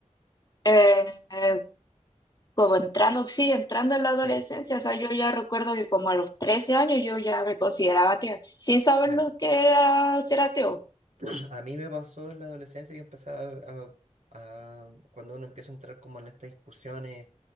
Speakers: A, on the left; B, on the right.
A: Eh, eh, como entrando, sí, entrando en la adolescencia,
B: Sí.
A: o sea, yo ya recuerdo que como a los 13 años yo ya me consideraba atea, sin saber
B: Bueno,
A: lo que era ser ateo.
B: <clears throat> a mí me pasó en la adolescencia que empezaba a, a- cuando uno empieza a entrar como en estas discusiones